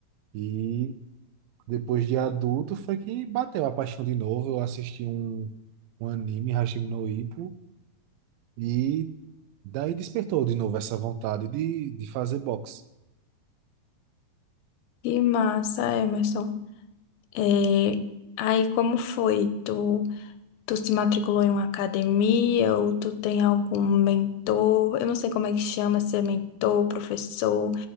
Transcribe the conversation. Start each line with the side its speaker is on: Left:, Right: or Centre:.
Right: E depois de adulto foi que bateu a paixão de novo. Eu assisti um, um anime, Hashim no Ippo, e daí despertou de novo essa vontade de, de fazer boxe.
Left: Que massa, Emerson. Eh, aí como foi? Tu, tu se matriculou em uma academia ou tu tem algum mentor? Eu não sei como é que chama, se é mentor, professor.